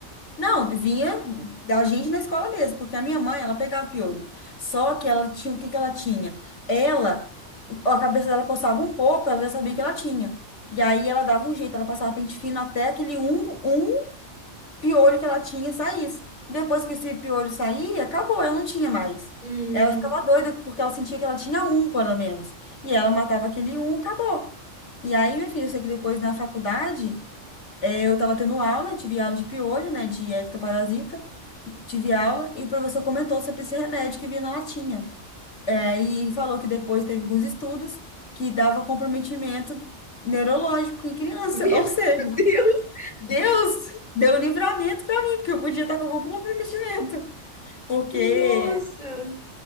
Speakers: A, on the left; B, on the left.
A: Não, vinha da gente na escola mesmo, porque a minha mãe, ela pegava piolho. Só que ela tinha, o que que ela tinha? Ela, a cabeça dela coçava um pouco, ela já sabia que ela tinha. E aí ela dava um jeito, ela passava pente fino até aquele um, um piolho que ela tinha saísse. Depois que esse piolho saía, acabou, ela não tinha mais.
B: Hum.
A: Ela ficava doida porque ela sentia que ela tinha um, pelo menos. E ela matava aquele um, acabou. E aí, minha filha, eu sei que depois na faculdade. É, Eu estava tendo aula, tive aula de piolho, né, de ectoparasita, tive aula e o professor comentou sobre esse remédio que vinha na latinha. É, e falou que depois teve alguns estudos que dava comprometimento neurológico em criança.
B: Meu
A: <laughs> Ou seja,
B: Deus!
A: Deus deu livramento para mim, porque eu podia estar com algum comprometimento. Porque
B: Nossa!